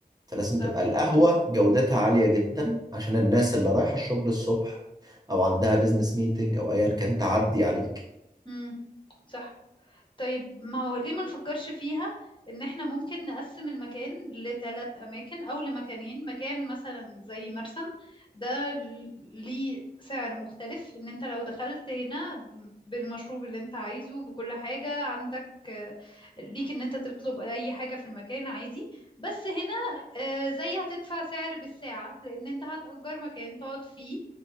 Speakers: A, on the right; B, on the left.
A: فلازم
B: صح
A: تبقى القهوة جودتها عالية جدا عشان الناس اللي رايحة الشغل الصبح أو عندها بيزنس ميتنج أو أيا كان تعدي عليك
B: مم. صح طيب ما هو ليه ما نفكرش فيها ان احنا ممكن نقسم المكان لثلاث اماكن او لمكانين مكان مثلا زي مرسم ده ل- ليه سعر مختلف ان انت لو دخلت هنا ب- بالمشروب اللي انت عايزه بكل حاجة عندك آه، ليك ان انت تطلب اي حاجة في المكان عادي بس هنا آه، زي هتدفع سعر بالساعة لان انت هتأجر مكان تقعد فيه